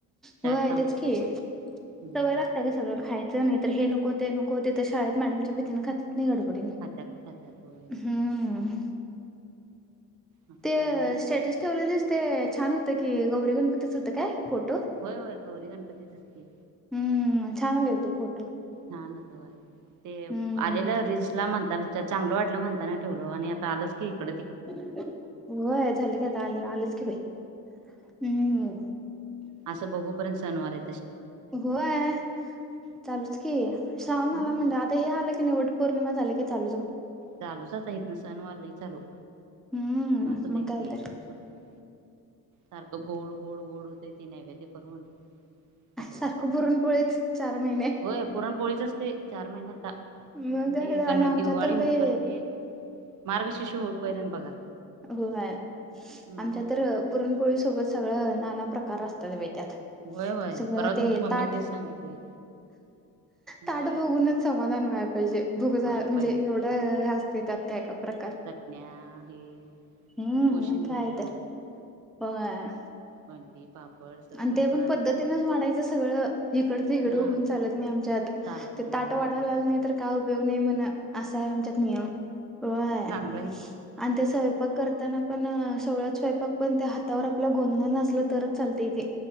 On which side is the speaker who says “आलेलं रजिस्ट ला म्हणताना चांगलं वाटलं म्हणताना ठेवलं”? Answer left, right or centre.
Right